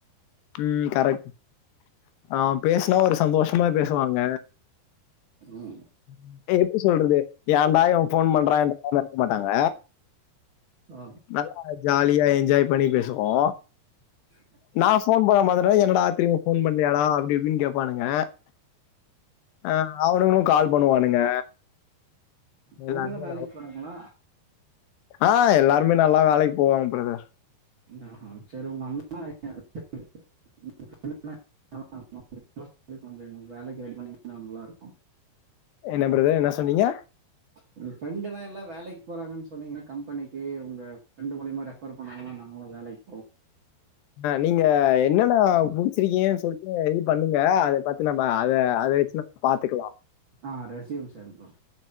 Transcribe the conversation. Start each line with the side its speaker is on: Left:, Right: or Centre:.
Left: ம் கரெக்ட் ஆ பேசுனா ஒரு சந்தோஷமா பேசுவாங்க
Right: ம்.
Left: ஆ அ எப்டி சொல்றது ஏன்டா இவ ஃபோன் பண்றா <inaudible> எடுக்க மாட்டாங்க
Right: ஆ
Left: நல்லா ஜாலியா என்ஜாய் பண்ணி பேசுவோ
Right: கேட்கவில்லை
Left: நா ஃபோன் பண்ண மாதிரினா என்னடா திரும்பி ஃபோன் பண்ணியாடா அப்டிப்பின் கேப்பானுங்க ஆ அவனுங்கூ கால் பண்ணுவானுங்க
Right: அவுங்கலா
Left: எல்லாருமே
Right: வேலைக்கு போறாங்களா
Left: ஆ எல்லாருமே நல்லா வேலைக்கு போவாங்க ப்ரதர்
Right: ஆ செரி உங்க அண்ணா <inaudible> <unintelligible> கொஞ்ச எங்க வேலைக்கு ரெடி பண்ணிங்னா நல்லாருக்கு
Left: என்ன பிரதர் என்னா சொன்னீங்க
Right: உங் ஃபிரெண்டுதா எல்லா வேலைக் போறாங்கன் சொன்னீங்னா கம்பெனிக்கி உங்க ஃபிரெண்டு மூலிமா ரெஃபர் பண்ணாங்கனா நாங்ளு வேலைக்
Left: கேட்கவில்லை அ நீங்க என்னென்னா முடிச்சிருக்கீங்கன் சொல்ட்டு இது பண்ணுங்க அத பாத்து நம்ப அத அத வச் சின்ன பாத்துக்கலா
Right: ஆ ரெச்யூம் சென்ட் பன்ற